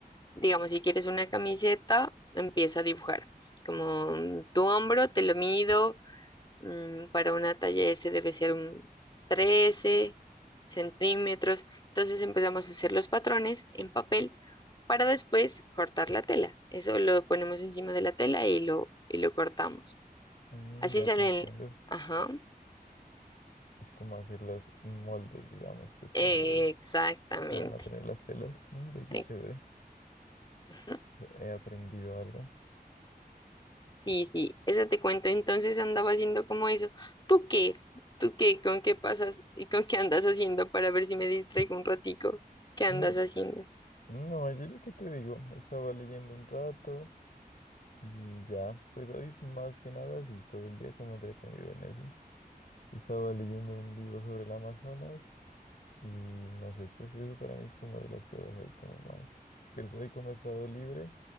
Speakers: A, on the left; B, on the left.
A: digamos, si quieres una camiseta, empiezo a dibujar. Como mm, tu hombro, te lo mido, mm, para una talla S debe ser un trece centímetros. Entonces empezamos a hacer los patrones en papel para después cortar la tela. Eso lo ponemos encima de la tela y lo, y lo cortamos.
B: Mm,
A: Así
B: ya
A: salen,
B: te entiendo.
A: ajá.
B: Es como hacer los moldes, digamos, pues como
A: Exactamente.
B: del que van a tener las telas. Mm, ve, qué
A: ex-
B: chévere.
A: ujú.
B: He aprendido algo.
A: Sí, sí, eso te cuento. Entonces andaba haciendo como eso. ¿Tú qué? ¿Tú qué? ¿Con qué pasas y con qué andas haciendo para ver si me distraigo un ratico? ¿Qué andas
B: Mm,
A: haciendo?
B: no, yo lo que te digo, estaba leyendo un rato. Y ya, pues hoy más que nada sí, todo el día como entretenido en eso. Estaba leyendo un libro sobre el Amazonas y no sé, pues eso para mí es como de las cosas ahí como más. Pues hoy como he estado libre,